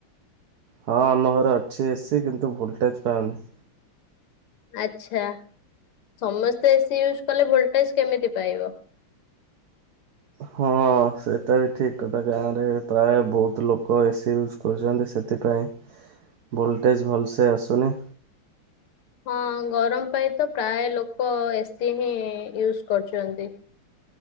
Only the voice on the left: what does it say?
ଆଛା। ସମସ୍ତେ ଏସିି ୟୁଜ କଲେ ଭୋଲଟେଜ କେମିତି ପାଇବ?
ହଁ, ଗରମ ପାଇଁ ତ ପ୍ରାୟ ଲୋକ ଏସିି ହିଁ ୟୁଜ କରୁଛନ୍ତି।